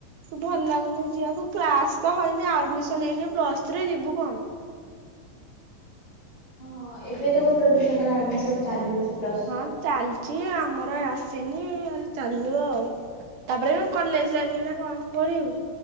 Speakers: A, on the right; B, on the left.
A: ଭଲ ଲାଗୁନି ଯିବାକୁ କ୍ଲାସ୍ ତ ହଇନି ଆଡମିଶନ୍ ହେଇନି ପ୍ଲସ ଥ୍ରୀ ଯିବୁ କଣ?
B: ହଁ ଏବେ ତ ଗୋଟେ ଗୋଟେ ପିଲାଙ୍କର ଆଡମିଶନ୍ ଚାଲୁଛି ପ୍ଲସ୍
A: ହଁ
B: ଥ୍ରୀ।
A: ଚାଲିଛି ଆମର ଆସିନି ଆ ଚାଲୁ ଆଉ ତାପରେ ଏନୁ କଲେଜ୍ ଯାଇକିନା କଣ କରିବୁ?